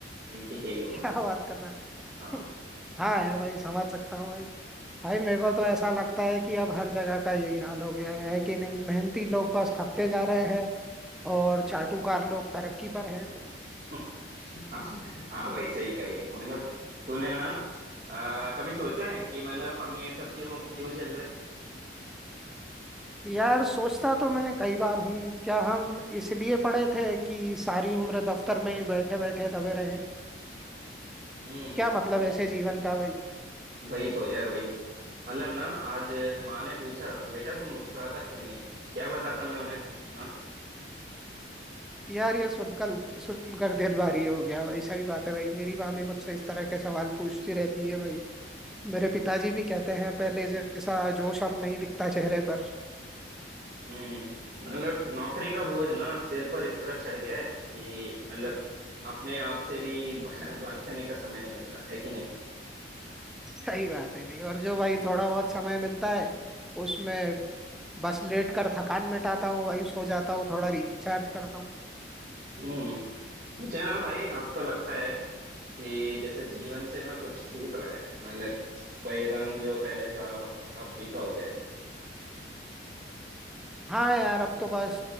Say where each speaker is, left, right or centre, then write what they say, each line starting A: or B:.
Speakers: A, on the right; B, in the centre.
A: गिनती के ही हो
B: क्या
A: मतलब
B: बात कर रहा
A: हाँ
B: है <laughs> हाँ यार भाई समझ सकता हूँ भाई भाई मेरे को तो ऐसा लगता है कि अब हर जगह का यही हाल हो गया है कि नहीं मेहनती लोग बस खपते जा रहे हैं और चाटुकार लोग तरक्की पर हैं
A: <laughs> हाँ हाँ वैसे ही कही है मतलब तूने ना अ, कभी सोचा है कि मतलब हम ये सब क्यों क्यों झेल रहे हैं
B: यार सोचता तो मैं कई बार हूँ क्या हम इसलिए पढ़े थे कि सारी उम्र दफ्तर में ही बैठे बैठे दबे रहें
A: हम्म
B: क्या मतलब
A: ये-
B: ऐसे जीवन का भाई
A: वही तो यार वही मतलब ना आज माँ ने पूछा बेटा तुम मुस्कुराता क्यों नहीं क्या बताता मैं उन्हें हाँ?
B: यार ये सुनकर सुनकर दिल भारी हो गया भाई सही बात है भाई मेरी माँ भी मुझसे इस तरह के सवाल पूछती रहती है भाई मेरे पिताजी भी कहते हैं पहले जैसा जोश अब नहीं दिखता चेहरे पर
A: हम्म मतलब नौकरी का बोझ ना सिर पर इस तरह चढ़ गया है कि मतलब अपने आप से भी <laughs> बा- बात करने का समय नहीं मिलता है कि नहीं
B: सही बात है भाई और जो भाई थोड़ा बहुत समय मिलता है उसमें बस लेट कर थकान मिटाता हूँ भाई सो जाता हूँ थोड़ा रिचार्ज करता हूँ
A: हम्म मुझे ना भाई अब तो लगता है कि जैसे जीवन से ना कुछ छूट रहा है मतलब कोई रंग जो पहले था अब फीका हो गया है
B: हाँ यार अब तो बस